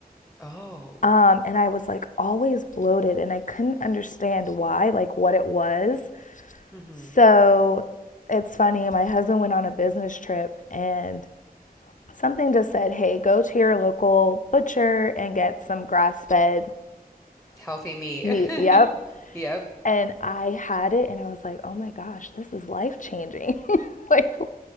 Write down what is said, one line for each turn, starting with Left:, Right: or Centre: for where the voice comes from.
Centre: Oh,
Left: Um, and I was like always bloated, and I couldn't understand why, like what it was.
Centre: hmm
Left: So it's funny, my husband went on a business trip and something just said, hey, go to your local butcher and get some grass fed
Centre: Healthy meat.
Left: meat.
Centre: <laughs>
Left: Yep.
Centre: Yep.
Left: And I had it and I was like, "Oh my gosh, this is life-changing." <laughs> Like